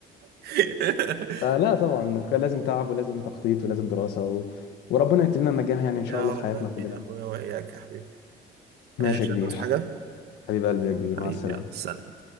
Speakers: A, on the right; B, on the left.
A: <laughs>
B: فلا طبعا كان لازم تعب ولازم تخطيط ولازم دراسه و... وربنا يكتب لنا النجاح يعني ان شاء
A: يا
B: الله في
A: رب
B: حياتنا
A: امين
B: كلنا
A: يا اخويا واياك يا حبيبي
B: ماشي
A: ايش
B: يا كبير
A: هتعوز حاجة؟
B: حبيب قلبي يا كبير
A: حبيبي
B: مع السلامه
A: يلا سلام